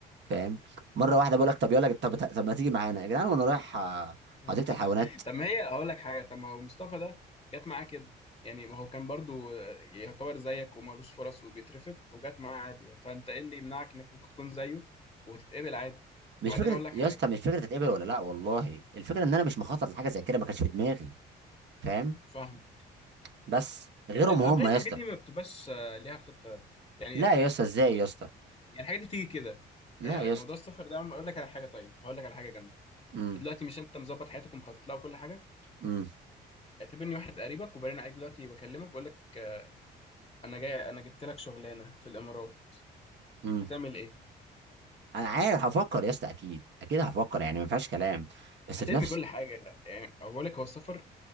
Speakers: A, on the right; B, on the left.
A: فاهم مره واحده بقول لك طب يلا طب طب ما تيجي معانا يا جدعان وانا رايح آه،
B: <laughs>
A: حديقه الحيوانات
B: طب ما هي هقول لك حاجه طب ما هو مصطفى ده جت معاه كده يعني ما هو كان برضو يعتبر زيك ومالوش فرص وبيترفض وجت معاه عادي يعني. فانت ايه اللي يمنعك انك ممكن تكون زيه وتتقبل عادي
A: مش
B: وبعدين
A: فكره
B: هقول لك
A: يا
B: حاجه
A: اسطى مش فكره تتقبل ولا لا والله الفكره ان انا مش مخطط لحاجه زي كده ما كانش في دماغي فاهم
B: فاهم
A: بس غيرهم
B: قبل
A: هم
B: الحاجات
A: يا اسطى
B: دي ما بتبقاش آه، ليها خطه يعني
A: لا يا اسطى ازاي يا اسطى
B: يعني الحاجات دي بتيجي كده
A: لا
B: يعني
A: يا
B: موضوع
A: اسطى
B: السفر ده عم- اقول لك على حاجه طيب هقول لك على حاجه جامده
A: امم
B: دلوقتي مش انت مظبط حياتك ومخطط لها وكل حاجه
A: امم
B: اعتبرني واحد قريبك وبرن عليك دلوقتي بكلمك بقول لك آه، انا جاي انا جبت لك شغلانه في الامارات
A: امم.
B: هتعمل ايه
A: انا عارف هفكر يا اسطى اكيد اكيد هفكر يعني ما فيهاش كلام بس
B: هترمي
A: في نفس
B: كل حاجه يعني أو بقول لك هو السفر